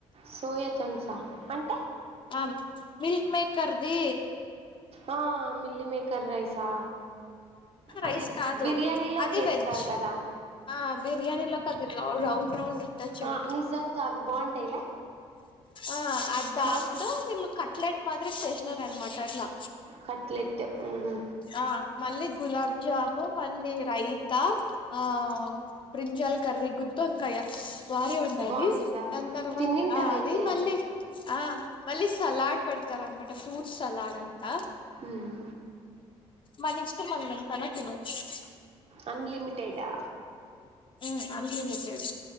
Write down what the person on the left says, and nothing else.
ఆ మిల్క్ మేకర్ది
రైస్
కాదు
అది వెజ్
ఆ బిర్యానీలోకి రౌండ్ రౌండ్ ఉంటది చూడు
ఆ అది దాంతో
వీళ్లు కట్లెట్ మాదిరి స్టేషనరీ అనమాట అట్లా
ఆ మళ్ళీ గులాబ్ జాము మళ్ళీ రైతా ఆ బ్రింజల్ కర్రీ గుత్త వంకాయ బానే ఉండే
అది దాని తర్వాత
ఆ అది మళ్ళీ ఆ మళ్ళీ సలాడ్ పెడతారు అనమాట ఫ్రూట్స్ సలాడ్ అంట
మన ఇష్టం అన్నది తననొచు గ
ఉమ్ అన్లిమిటెడ్